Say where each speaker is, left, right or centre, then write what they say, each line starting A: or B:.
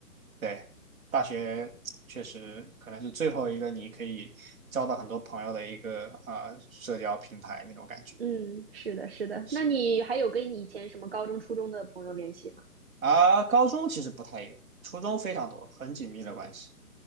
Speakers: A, on the right; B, on the right.
A: 对，大学确实可能是最后一个你可以交到很多朋友的一个啊、呃社交平台那种感觉。
B: 嗯，是的，是的。
A: 是的
B: 那你还有跟你以前什么高中、初中的朋友联系吗？
A: 啊，高中其实不太有，初中非常多，很紧密的关系。